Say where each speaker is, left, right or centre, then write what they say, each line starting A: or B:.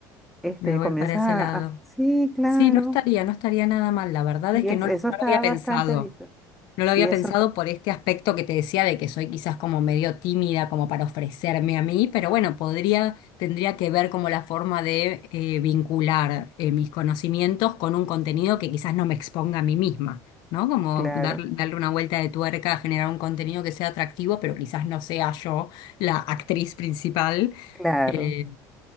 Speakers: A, in the centre; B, on the left.
A: este,
B: Me voy
A: comienzas
B: para ese
A: a,
B: lado.
A: a- sí, claro.
B: Sí, no estaría, no estaría nada mal. La verdad
A: Sí,
B: es
A: es-
B: que no
A: eso
B: lo, no
A: está
B: lo había pensado.
A: bastante visto.
B: No lo
A: Sí,
B: había
A: eso
B: pensado
A: está
B: por este aspecto que te decía de que soy quizás como medio tímida como para ofrecerme a mí, pero bueno, podría, tendría que ver como la forma de eh, vincular eh, mis conocimientos con un contenido que quizás no me exponga a mí misma, ¿no? Como
A: claro.
B: dar- darle una vuelta de tuerca, generar un contenido que sea atractivo, pero quizás no sea yo la actriz principal.
A: Claro,
B: Eh,